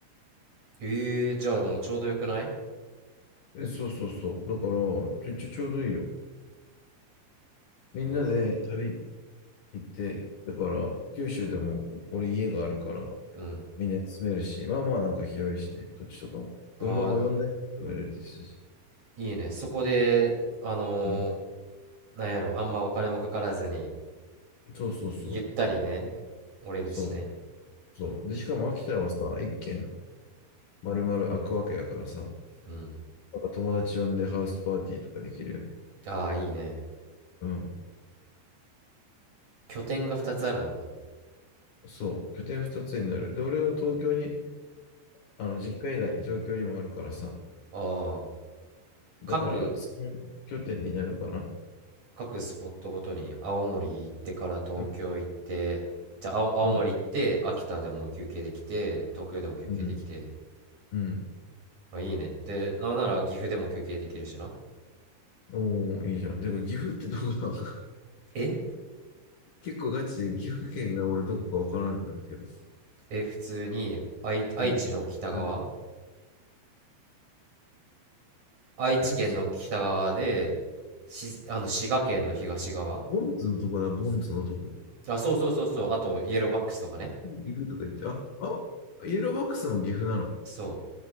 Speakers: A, on the right; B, on the left.
A: ええー、じゃあもうちょうどよくない
B: え、そうそうそう。だから、ちょ、ちょ、ちょうどいいよ。みんなで旅
A: うわ。
B: 行って、だから、九州でも俺家があるから、
A: うん。
B: みんな住めるし、まあまあなんか広いしね、土地とかも。
A: お、
B: 車も呼台とか入れてるし。
A: いいね。そこで、あのー
B: うん。
A: なんやろ、あんまお金もかからずに、
B: そうそうそう。
A: ゆったりね、折れるしね。
B: そう。そう。で、しかも秋田はさ、一軒丸々開くわけやからさ、
A: うん。
B: なんか友達呼んでハウスパーティーとかできるよね。
A: ああ、いいね。
B: うん。
A: 拠点が2つあるのか。
B: そう。拠点二つになる。で、俺は東京に、あの、実家以外に東京にもあるからさ、
A: ああ、
B: だから、
A: 各、
B: の拠点になるかな。
A: 各スポットごとに、青森行ってから東京行って、
B: うん、
A: じゃあ青、青森行って、
B: うん、
A: 秋田でも休憩できて、東京でも休憩できて。
B: うん。うん
A: あ、いいね。で、なんなら岐阜でも休憩できるしな。
B: おー、いいじゃん。で、岐阜ってどこなのか。
A: え
B: <laughs> 結構ガチで岐阜県が俺どこかわからんんだけど。
A: え、普通に、愛、愛知の北側
B: うん。うん
A: 愛知県の北側で、
B: 愛知、
A: し、あの、滋賀県の東側。
B: ボンズのとこだ、ボンズのとこ。
A: あ、そうそうそうそう。あと、イエローバックスとかね。
B: 岐阜とか言って、あ、あ、イエローバックスも岐阜なの。
A: そう。